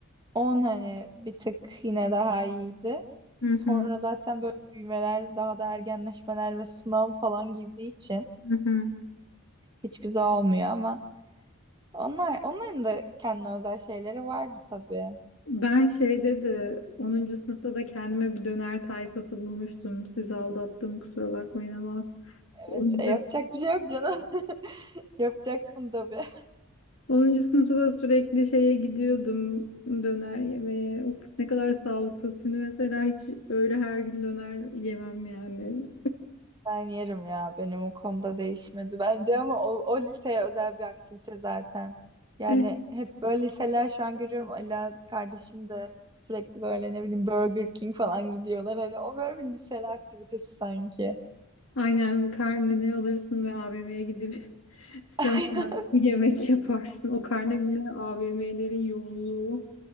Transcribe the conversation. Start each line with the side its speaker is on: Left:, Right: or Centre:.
Right: on hani bir tık yine daha iyiydi.
Left: Hı
Right: Sonra
Left: hı,
Right: zaten böyle büyümeler, daha da ergenleşmeler ve sınav falan girdiği için
Left: hı hı.
Right: hiç güzel olmuyor ama onlar onların da kendine özel şeyleri vardı tabii.
Left: Ben şeyde de onuncu sınıfta da kendime bir döner tayfası bulmuştum. Sizi aldattım kusura bakmayın ama onuncu
Right: Evet, e, yapacak bir şey yok canım. <laughs> Yapacaksın tabii.
Left: 10. sınıfta da sürekli şeye gidiyordum döner yemeye. Of, ne kadar sağlıksız. Şimdi mesela hiç böyle her gün döner yemem yani.
Right: Ben yerim ya. Benim o konuda değişmedi bence ama o, o liseye özel bir aktivite zaten. Yani
Left: Evet.
Right: hep böyle liseler şu an görüyorum. Ala kardeşim de sürekli böyle ne bileyim Burger King falan gidiyorlar. Hani o böyle bir liseli aktivitesi sanki.
Left: Aynen karneni alırsın ve AVM'ye gidip <laughs> sistem
Right: <laughs>
Left: olarak bir yemek yaparsın. O karne günleri AVM'lerin yoğunluğu.